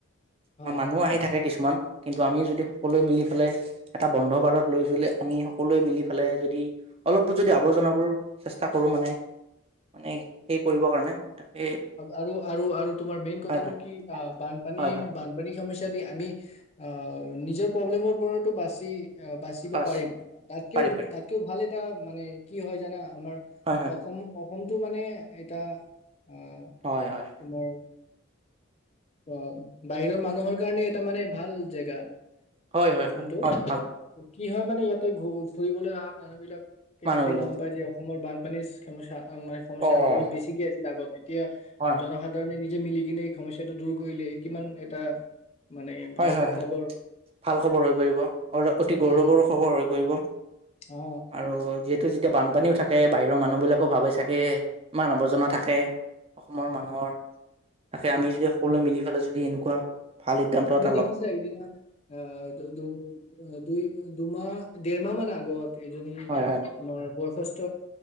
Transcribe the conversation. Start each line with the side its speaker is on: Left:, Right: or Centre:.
Left: হয়
Right: মা- মানুহ আহি থাকে কিছু মান। কিন্তু আমি যদি সকলোৱে মিলিফেলাই এটা বন্ধ বাৰত লৈ থলে, আমি সকলোৱে মিলিফেলে যদি অলপো যদি আৱৰ্জনাবোৰ চেষ্টা কৰোঁ মানে, মানে সেই কৰিবৰ কাৰণে তাকে
Left: আৰু - আৰু - আৰু তোমাৰ মেইন কথাটো
Right: হয় হয়
Left: কি অ' বানপানী-
Right: হয় হয়
Left: বানপানী সমস্যা দি আমি অ'- নিজৰ প্ৰব্লেমৰ পৰাতো বাচি অ'- বাচিব
Right: পাছ
Left: পাৰিম। তাতকেও-
Right: পাৰিম পাৰিম
Left: তাতকেও ভাল টা মানে কি হয় জানা? আমাৰ
Right: হয় হয়
Left: অসম - অসম টো মানে এটা অ'-
Right: হয় হয়
Left: তোমাৰ অ' বাহিৰৰ মানুহৰ কাৰণে এটা মানে ভাল জেগা
Right: হয় - হয়
Left: অসমটো
Right: - হয়। হয়, ভাল।
Left: কি হয় মানে, ইয়াতে ঘু- ফুৰিবলৈ অহা মানুহবিলাক কে
Right: মানুহবিলাকো
Left: যেতিয়া গম পাই যে অসমৰ বান পানীছ খেমশ মানে সমস্যা
Right: অ হয়
Left: বহুত বেছিকে আছিল আগত। এতিয়া
Right: হয়
Left: জনসাধাৰণে নি যে মিলিকেনে এই সমস্ সেইটো দূৰ কৰিলে, কিমান এটা মানে
Right: হয়
Left: ভাল
Right: - হয় -
Left: খবৰ
Right: হয়, ভাল খবৰ হৈ পৰিব। অ'-
Left: এটা
Right: অতি গৌৰৱৰ
Left: উম
Right: খবৰ হৈ পৰিব।
Left: অ
Right: আৰু যিহেত তো যেতিয়া বানপানীও থাকে, বাহিৰৰ মানুহবিলাকো ভাবে চাগে, ইমান আৱৰ্জনা থাকে অসমৰ
Left: অ
Right: মানুহৰ তাকে আমি যদি সকলোৱে মিলি ফালে যদি এনেকুৱা, ভাল সিদ্ধান্তত
Left: তুমি দেখিছা সেইদিনা আ দু-দুই দুমাহ-দেৰমাহমান আগত এইজনী
Right: হয় হয়
Left: তোমাৰ সুস্থ